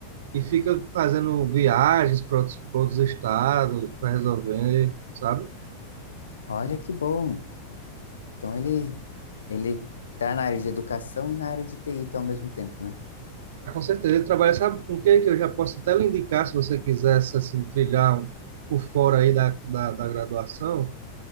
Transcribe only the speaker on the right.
e fica fazendo viagens para outros, pra outros estados, para resolver, sabe?
Ah, Com certeza, ele trabalha, sabe com o que que eu já posso até lhe indicar, se você quisesse, assim, trilhar um- por fora aí da, da, da graduação,